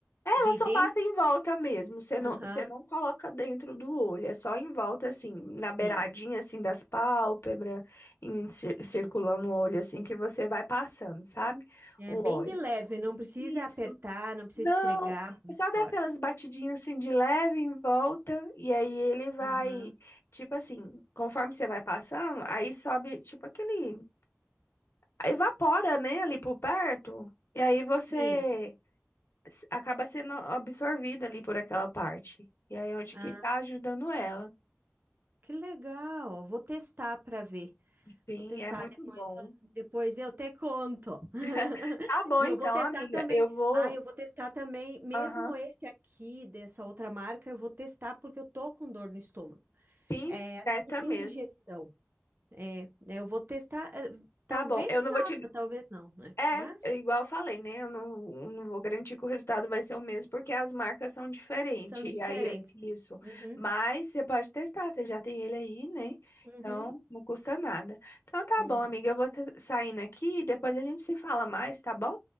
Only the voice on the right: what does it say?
de
dentro,
aham,
sim,
sim.
É
bem
de leve, não precisa
apertar, não precisa
esfregar muito
forte.
Aham.
Sim.
Ah,
que legal. Vou testar para ver.
Vou testar
depois,
eu- depois eu te conto. <laughs>
E
eu vou testar
também.
Ah, eu vou testar também, mesmo
esse aqui dessa outra marca, eu vou testar porque eu tô com dor no estômago.
É assim,
indigestão.
É, né, eu vou testar. eh, Talvez
faça,
talvez não, né?
Mas
são diferentes.
Uhum,
uhum,
uhum.